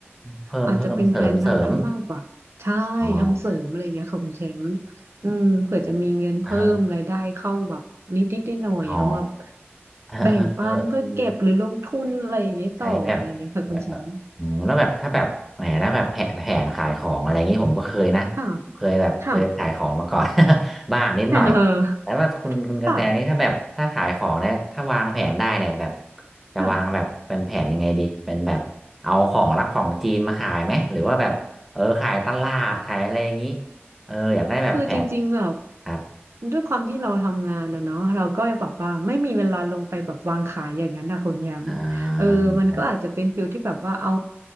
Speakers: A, in the centre; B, on the right (about 75°).
A: เพิ่มเพิ่มเสริมเสริม
B: อาจจะเป็นแพลนทางนั้นมากกว่าใช่ทำเสริมอะไรเงี้ยค่ะคุณแชมป์
A: อ๋อ
B: อืมเผื่อจะมีเงินเพิ่มรายได้เข้าแบบนิดนิดหน่อยๆเอามา
A: เอออ๋อ <laughs>
B: แบ่งปันเพื่อเก็บหรือลงทุนอะไรอย่างเงี้ยต่ออะไรเงี้ยค่ะคุณแชมป์
A: เออเออเออใช้แบบแบบอืมแล้วแบบถ้าแบบแหมแล้วแบบแผนแผนขายของอะไรอย่างนี้ผมก็เคยนะผมเคยแบบเคยขายของมาก่อน
B: ค่ะค่ะ
A: <laughs> บ้างนิดหน่อย
B: <laughs> เออ
A: แล้วว่าคุณคุณกระแตนี่ถ้าแบบถ้าขายของเนี่ยถ้าวางแผนได้เนี่ยแบบ
B: ค่ะ
A: จะวางแบบเป็นแผนยังไงดีเป็นแบบเอาของรับของจีนมาขายไหมหรือว่าแบบเออขายตลาดขายอะไรอย่างนี้
B: ค่ะ
A: เอออยากได้แบบแผน
B: คือจริงๆแบบ
A: ครับ
B: ด้วยความที่เราทำงานนะเนาะเราก็จะบอกว่าไม่มีเวลาลงไปแบบวางขายอย่างนั้นนะคุณแยม
A: อ่า
B: เออมันก็อาจจะเป็นฟิลที่แบบว่าเอา
A: <laughs> ผม